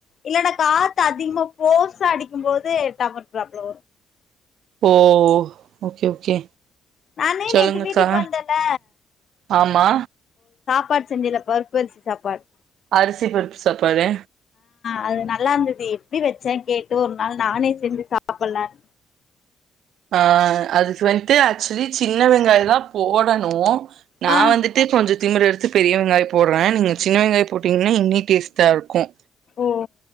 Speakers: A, on the left (about 55°); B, on the right (about 75°).
A: இல்லன்னா காத்து அதிகமா போஸ் ஸ்ஸா அடிக்கும் போது டவர் ப்ராப்ளோ
B: ஓ ஓ ஓகே ஓகே
A: நானே
B: சொல்லுங்கக்கா
A: நேத்து வீட்டுக்கு வந்தேல
B: ஆமா
A: சாப்பாட் செஞ்சில்ல பருப்பு அரிசி சாப்பாட்
B: அரிசி பருப்பு சாப்பாடு
A: அதுல நல்லா இருந்தது எப்படி வச்சேன்னு கேட்டு ஒரு நாள் நானே செஞ்சு சாப்பட்லான்
B: அ அதுக்கு வந்துட்டு ஆக்சுவலி சின்ன வெங்காயொந்தா போடணு நா
A: ஆ
B: வந்துட்டு கொஞ்ச திமிரெடுத்து பெரிய வெங்காயொ போட்றே நீங்க சின்ன வெங்காயொ போட்டீங்கன்னா இன்னி டேஸ்ட்டா இருக்கும்
A: ஓ